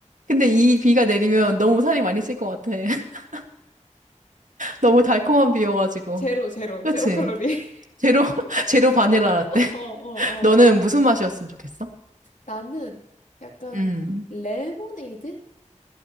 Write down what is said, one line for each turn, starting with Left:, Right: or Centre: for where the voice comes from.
Right: 근데 이 비가 내리면 너무 살이 많이 찔 것 같아. <laughs> 너무 달콤한 비여가지고.
Left: 제로, 제로,
Right: 그치?
Left: 제로 칼로리. <laughs>
Right: 제로, <laughs> 제로 바닐라 라떼.
Left: 어, 어,
Right: <laughs> 너는
Left: 어.
Right: 무슨 맛이었으면 좋겠어?
Left: 나는 약간
Right: 음,
Left: 레모네이드?